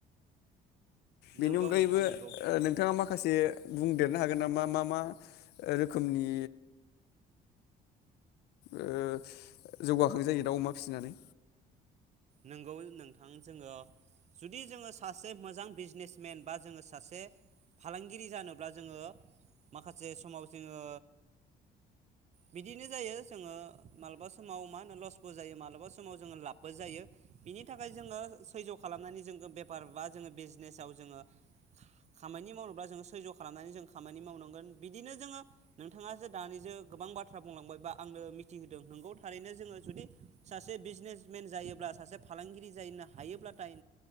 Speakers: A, on the left; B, on the right.
A: बेनि
B: नोंगौ
A: अनगायैबो
B: नोंथां नोंगौ
A: नोंथाङा मा खासे बुंदेरनो हागोन नामा मा मा रोखोमनि ओ जौगाखां जायो दाउ अमा फिसिनानै
B: नंगौ नोंथां जोङो जुदि जोङो सासे मोजां बिजनेसमेन बा जोङो सासे फालांगिरि जानोब्ला जोङो माखासे समाव जोङो बिदिनो जायो जोङो मालाबा समाव मा होनो लसबो जायो मालाबा समाव जोङो लाबबो जायो बिनि थाखाय जोङो सैज्य' खालामनानै जो बेफार बा जोङो बिजनेसाव जोङो खामानि मावोब्ला जोङो सैज' खालामनानै जों खामानि मावनांगोन बिदिनो जोङो नोंथाङासो दानि जो गोबां बाथ्रा बुंलांबाय बा आंनो मिथिहोदों नंगौ थारैनो जोङो जुदि सासे बिजनेसमेन जायोब्ला सासे फालांगिरि जायनो हायोब्लाथाय